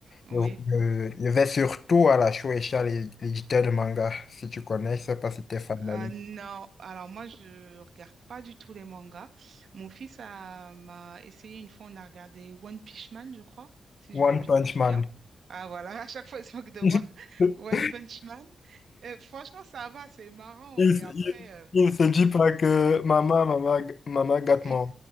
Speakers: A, on the right (about 60°); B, on the left (about 45°).
A: oui.
B: Je, je- je vais surtout à la Shueisha, l'é- l'éditeur de manga, si tu connais, je sais pas si tu es fan de
A: Euh,
B: l'anime.
A: non, alors moi je regarde pas du tout les mangas. Mon fils a m'a essayé une fois, on a regardé One Punch Man, je crois, si
B: One
A: je le bi-
B: Punch
A: dis
B: Man.
A: bien. Ah voilà, <laughs> à chaque fois il se moque de
B: <laughs>
A: moi. <laughs> One Punch Man. Euh, franchement, ça va, c'est marrant,
B: Il,
A: mais après,
B: il-
A: euh,
B: il se dit pas que maman, maman, maman gâte
A: et-
B: mon,